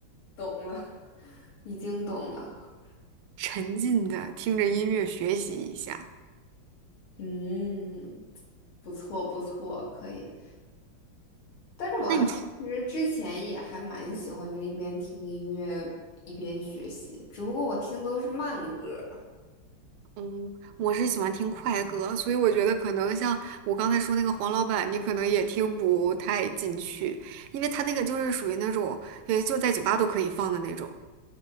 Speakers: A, on the left; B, on the right.
A: 懂了，已经懂了。
B: 沉浸的听着音乐学习一下。
A: 嗯，不错不错，可以。但是我啊其实之前也还蛮喜欢，
B: 那你除
A: 就是一边听音乐一边学习，只不过我听都是慢歌。
B: 嗯，我是喜欢听快歌，所以我觉得可能像我刚才说那个黄老板，你可能也听不太进去，因为他那个就是属于那种，呃，就在酒吧都可以放的那种。